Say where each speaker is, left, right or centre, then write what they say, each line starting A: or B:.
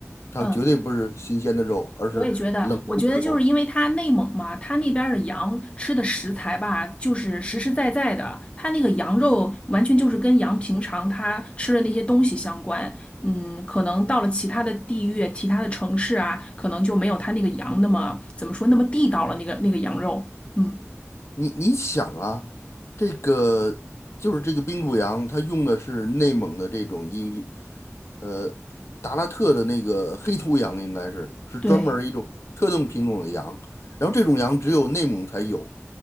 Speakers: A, on the left (about 60°); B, on the left (about 25°).
A: 它绝对不是新鲜的肉，
B: 嗯。
A: 而是冷冻的肉。
B: 我也觉得，我觉得就是因为它内蒙嘛，它那边儿的羊吃的食材吧，就是实实在在的，它那个羊肉完全就是跟羊平常它吃的那些东西相关。嗯，可能到了其他的地域、其他的城市啊，可能就没有它那个羊那么怎么说那么地道了，那个那个羊肉。嗯，
A: 你你想啊，这个就是这个冰谷羊，它用的是内蒙的这种一，呃，达拉特的那个黑头羊，应该是是专门儿一种特定品种的羊。
B: 对
A: 然后这种羊只有内蒙才有。